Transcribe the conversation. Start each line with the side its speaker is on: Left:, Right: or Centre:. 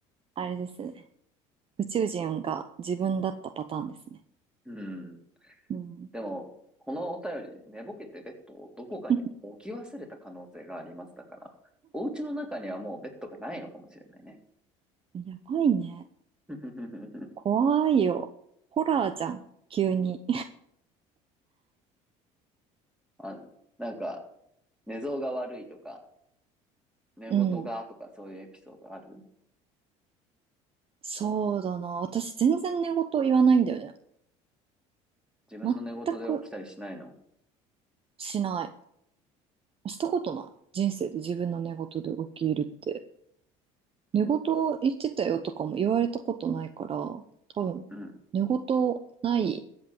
Right: あれですね。宇宙人が自分だったパターンですね。
Centre: うん。
Right: うん。
Centre: でも、このお便り、寝ぼけてベッドをどこかに置き忘れた可能性があります。
Right: <laughs>
Centre: だから、お家の中にはもうベッドがないのかもしれないね。
Right: やばいね。
Centre: <laughs>
Right: 怖いよ。ホラーじゃん。急に。
Centre: あ、なんか、寝相が悪いとか、寝言がとかそういうエピソードある
Right: <laughs> うん。そうだな。私全然寝言言わないんだよね。
Centre: 自分の寝言で起きたりしないの
Right: 全くしない。したことない。人生で自分の寝言で起きるって。寝言言ってたよとかも言われたことないから、多分、
Centre: うん、
Right: 寝言ない